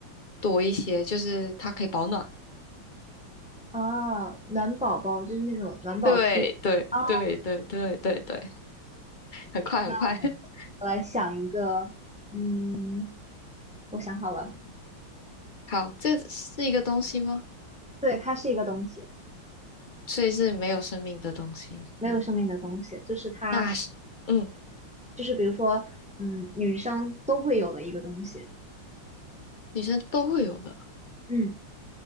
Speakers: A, on the left; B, in the centre.
A: 多一些，就是它可以保暖。
B: 啊，暖宝宝就是那种暖宝贴。
A: 对对对对对对对，
B: 哦，
A: 很快很快。
B: 那
A: <laughs>
B: 我来想一个，嗯，我想好了，
A: 好，这是一个东西吗？
B: 对，它是一个东西，
A: 所以是没有生命的东西。
B: 没有生命的东西，就是它，
A: 那是嗯，
B: 就是比如说，嗯，女生都会有的一个东西。
A: 女生都会有的，
B: 嗯，